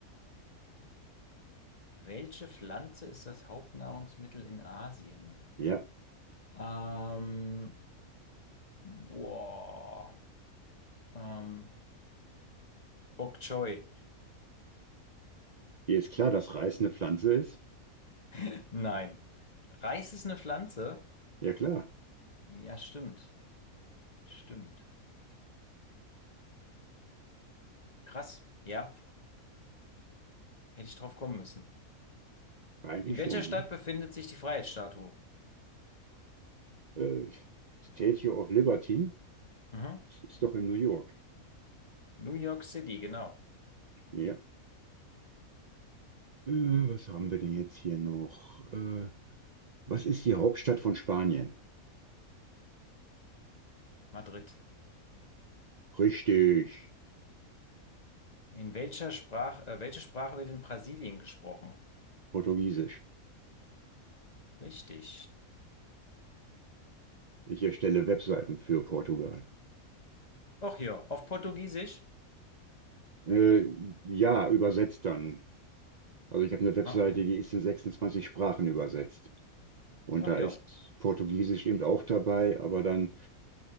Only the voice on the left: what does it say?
Welche Pflanze ist das Hauptnahrungsmittel in Asien?
Ähm, boah. Ähm, Bok Choy.
<laughs> Nein. Reis ist eine Pflanze?
Ja, stimmt. Stimmt. Krass. Ja, hätte ich drauf kommen müssen.
In welcher
Stadt
befindet sich die Freiheitsstatue?
Mhm.
New York City, genau.
Madrid.
In welcher Sprache, äh, welche Sprache wird in Brasilien gesprochen?
Richtig.
Ach ja, auf Portugiesisch?
Ah, Okay.
Ach
ja.